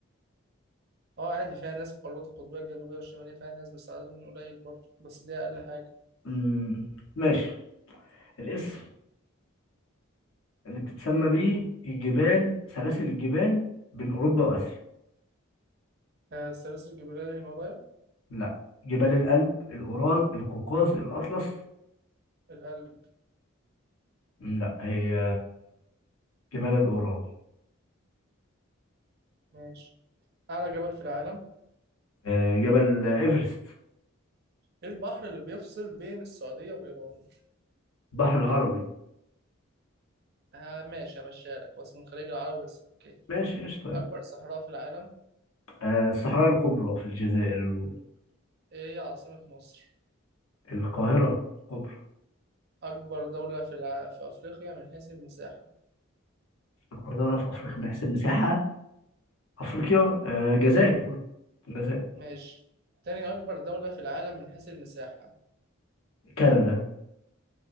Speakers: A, on the right (about 50°); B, on the left (about 80°).
A: أه عادي فيها ناس القارات القطبية الجنوبية والشمالية فيها ناس بس عددهم قليل برضه بس دي أقل حاجة
B: م، ماشي الاسم اللي بتتسمى بيه
A: مم.
B: الجبال سلاسل الجبال بين أوروبا وآسيا
A: آه، السلاسل الجبلية الهيمالايا
B: لا جبال الألب الأورال القوقاز الأطلس
A: القلب
B: لا هي جبال الأورال
A: ماشي أعلى جبل في العالم
B: آه، جبل إيفرست
A: إيه البحر اللي بيفصل بين السعودية وإيران؟
B: بحر العربي
A: آه ماشي همشيها لك هو اسمه الخليج العربي بس أوكي
B: ماشي قشطة يعني.
A: أكبر صحراء في العالم
B: آه، الصحراء الكبرى في الجزائر
A: إيه عاصمة مصر؟
B: القاهرة الكبرى
A: أكبر دولة في الع... في أفريقيا من حيث المساحة
B: القاهرة في أفريقيا من حيث المساحة أفريقيا
A: مم.
B: آه، الجزائر برضه الجزائر
A: ماشي تاني أكبر دولة في العالم من حيث المساحة
B: كندا